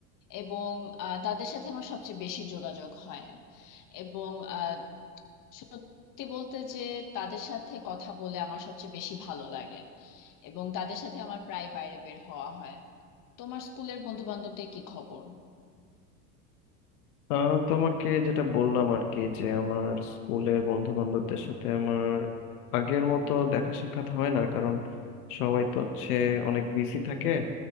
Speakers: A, on the left; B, on the left.
A: এবং আহ, তাদের সাথে আমার সবচেয়ে বেশি যোগাযোগ হয় এবং আহ, সত্যি বলতে যে তাদের সাথে কথা বলে আমার সবচেয়ে বেশি ভালো লাগে এবং তাদের সাথে আমার প্রায় বাইরে বের হওয়া হয় তোমার স্কুলের বন্ধু বান্ধবদের কি খবর
B: আহ, তোমাকে যেটা বললাম আর কি যে আমার স্কুলের বন্ধু বান্ধবদের সাথে আমার আগের মতো দেখা সাক্ষাৎ হয় না কারণ সবাই তো হচ্ছে অনেক বিজি থাকে